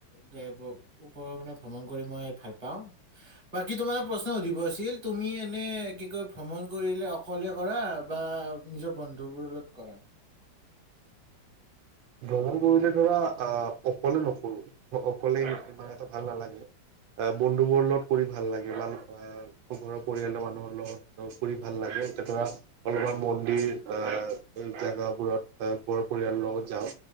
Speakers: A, on the right; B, on the right.
A: দে ওপৰৰ মানে ভ্ৰমণ কৰি মই ভাল পাওঁ বাকী তোমালে প্ৰশ্ন সুধিব আছিল তুমি এনে কি কয় ভ্ৰমণ কৰিলে অক অকলে কৰা বা নিজৰ বন্ধু বোৰ লগত কৰা
B: ভ্ৰমণ কৰিলে ধৰা আহ অকলে নকৰো অকলে ইমান এটা ভাল নালাগে আহ বন্ধু বোৰ লগত কৰি ভাল লাগে, ভাল <unintelligible> ঘৰৰ পৰিয়ালৰ মানুহৰ লগত ফুৰি ভাল লাগে এতিয়া ধৰা অলপমান মন্দিৰ আহ জোগাবোৰত ঘৰৰ পৰিয়ালৰ লগত যাওঁ